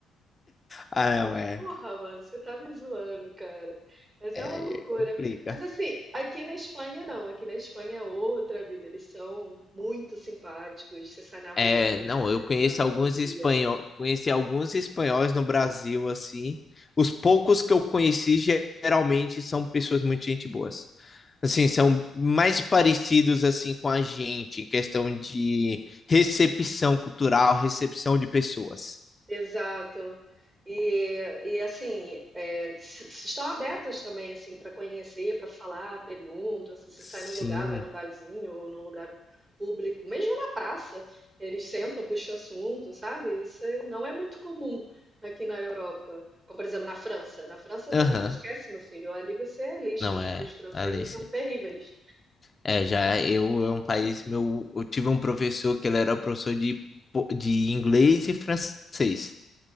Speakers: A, on the left; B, on the right.
A: Ah,
B: Aí tu
A: não,
B: fala,
A: é.
B: porra, mano, você tá me zoando, cara. Mas
A: É,
B: é uma loucura.
A: é complica.
B: Mas assim, aqui na Espanha não. Aqui na Espanha é outra vida. Eles são muito simpáticos. Você sai na rua,
A: É,
B: a galera
A: não, eu
B: tá
A: conheço
B: te dando
A: alguns
B: bom dia.
A: espanhóis, conheci alguns espanhóis no Brasil, assim. Os poucos que eu conheci geralmente são pessoas muito gente boas. Assim, são mais parecidos assim com a gente em questão de recepção cultural, recepção de pessoas.
B: Exato. E, e assim, é, s- s- estão abertos também assim para conhecer, para falar, pergunta, assim, se
A: Sim.
B: sai num lugar, vai num barzinho ou num lugar público, mesmo na praça, eles sentam, puxam assunto, sabe? Isso é- não é muito comum aqui na Europa. Como, por exemplo, na França. Na França também
A: Aham.
B: esquece, meu filho. Ali você é lixo,
A: Não
B: porque
A: é,
B: os franceses
A: Alice.
B: são terríveis.
A: É, já eu é um país meu, eu tive um professor que ele era professor de po- de inglês e francês.